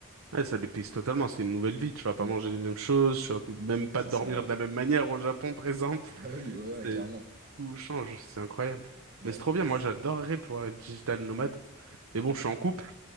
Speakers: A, on the right (about 70°); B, on the right (about 40°).
A: Ouais, ça dépayse totalement, c'est une nouvelle vie, tu vas pas
B: Mm.
A: manger les mêmes choses, tu vas même pas
B: c'est
A: dormir
B: ça, ouais.
A: de la même
B: <laughs>
A: manière au Japon par exemple.
B: Ah
A: <laughs>
B: oui, ouais, ouais,
A: C'est,
B: clairement.
A: tout change, c'est incroyable.
B: Ouais.
A: Mais c'est trop bien,
B: C'est-
A: moi j'adorerais pouvoir être digital nomade. Mais bon, je suis en couple.